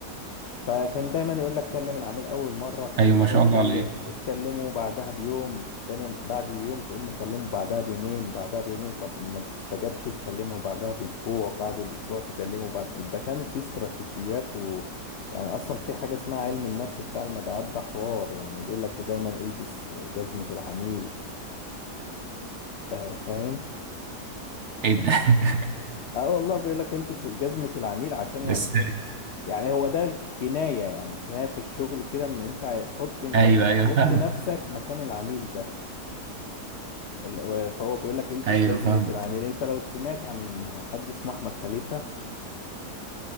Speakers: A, on the left; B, on the right.
A: فكان دايما يقول لك كلم العميل اول مره تاني
B: ايوه
A: مره
B: ما شاء
A: تكلم
B: الله عليك
A: تكلمه بعدها بيوم تاني بعد اليوم تقوم مكلمه بعدها بيومين بعدها بيومين طب ما تستجابش تكلمه بعدها باسبوع بعد الاسبوع تكلمه بعد ده كان في استراتيجيات و... يعني اصلا في حاجه اسمها علم النفس بتاع المبيعات ده حوار يعني بيقول لك دايما البس جزمه العميل آه، فاهم
B: ايه ده <laughs>
A: اه والله بيقول لك البس جزمة العميل عشان يعني
B: بس
A: ايه يعني هو ده كناية يعني كناية في الشغل كده ان انت حط مك...
B: ايوه ايوه
A: حط
B: فاهمك
A: نفسك مكان العميل ده ال- فهو بيقول لك البس
B: ايوه
A: جزمة
B: فاهمك
A: العميل انت لو سمعت عن حد اسمه احمد خليفة